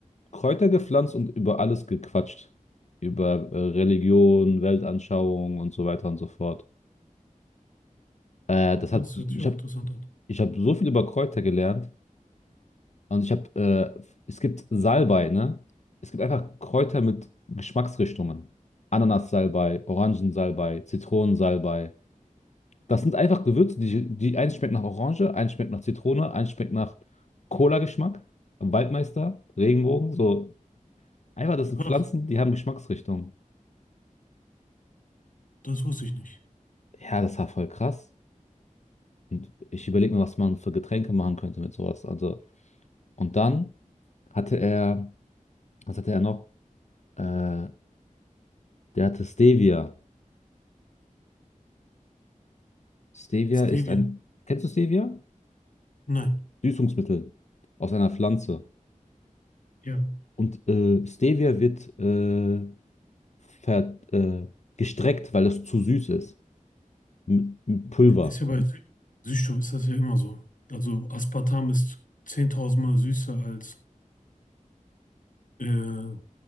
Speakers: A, on the left; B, on the left.
A: Kräuter gepflanzt und über alles gequatscht. Über äh, Religion, Weltanschauung und so weiter und so fort. Äh, das
B: Das
A: hat, so-
B: hört sich
A: ich
B: auch
A: habe
B: interessant an.
A: ich hab so viel über Kräuter gelernt. Und ich habe, äh, es gibt Salbei, ne? Es gibt einfach Kräuter mit Geschmacksrichtungen. Ananassalbei, Orangensalbei, Zitronensalbei. Das sind einfach Gewürze, die, die eins schmeckt nach Orange, eins schmeckt nach Zitrone, eins schmeckt nach Cola-Geschmack, Waldmeister, Regenbogen, so. Einfach, das sind
B: Krass,
A: Pflanzen, die haben Geschmacksrichtungen.
B: das wusste ich nicht.
A: Ja, das war voll krass. Und ich überlege mir, was man für Getränke machen könnte mit sowas. Also, und dann hatte er, was hatte er noch? Äh, der hatte Stevia. Stevia
B: Stevia?
A: ist ein, kennst du Stevia?
B: Nein.
A: Süßungsmittel aus einer Pflanze.
B: Ja.
A: Und äh, Stevia wird äh, ver, äh, gestreckt, weil es zu süß ist. Mit, mit Pulver,
B: Ist ja bei Sü Süßstoff ist das ja immer so. Also Aspartam ist 10.000 Mal süßer als, äh,